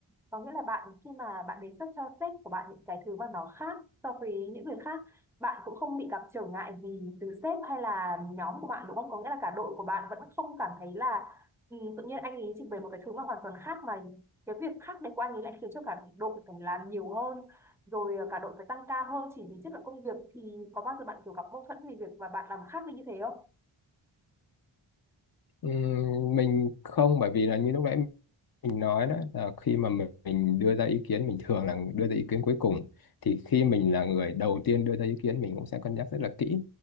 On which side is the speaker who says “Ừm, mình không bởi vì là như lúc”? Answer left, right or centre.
Left